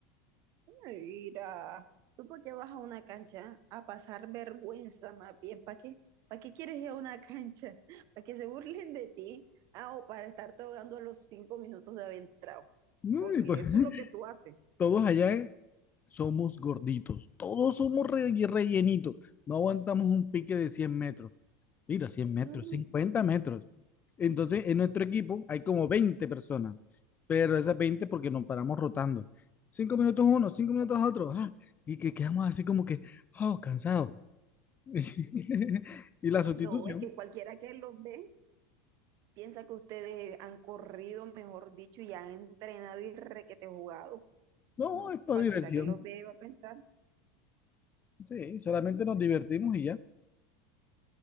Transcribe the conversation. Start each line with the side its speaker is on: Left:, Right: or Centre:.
Right: Mira, ¿tú por qué vas a una cancha a pasar vergüenza más bien? ¿Para qué? ¿Para qué quieres ir a una cancha? <laughs> ¿Para que se burlen de ti? Ah, o para estarte ahogando a los cinco minutos de haber entrado,
Left: No,
Right: porque
Left: y pues,
Right: eso
Left: <laughs>
Right: es lo que tú haces.
Left: todos allá eh, somos gorditos. Todos somos re- rellenitos. No aguantamos un pique de 100 metros. Mira, 100 metros,
Right: Mm,
Left: 50 metros. Entonces, en nuestro equipo hay como 20 personas. Pero esas 20 porque nos paramos rotando. Cinco minutos uno, cinco minutos otro. ah, y que quedamos así como que, oh, cansado. <laughs> Y la
Right: no,
Left: sustitución.
Right: es que cualquiera que los ve piensa que ustedes han corrido, mejor dicho, y han entrenado y requete jugado.
Left: No,
Right: No,
Left: es para
Right: cualquiera
Left: diversión.
Right: que los ve va a pensar,
Left: Sí, solamente nos divertimos y ya.